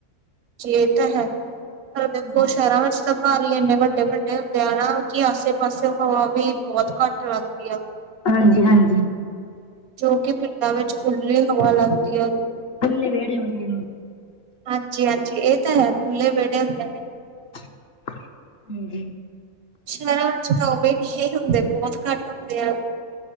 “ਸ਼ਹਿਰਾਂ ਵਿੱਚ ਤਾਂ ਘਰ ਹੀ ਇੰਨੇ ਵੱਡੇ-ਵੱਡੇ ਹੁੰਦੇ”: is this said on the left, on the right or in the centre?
Right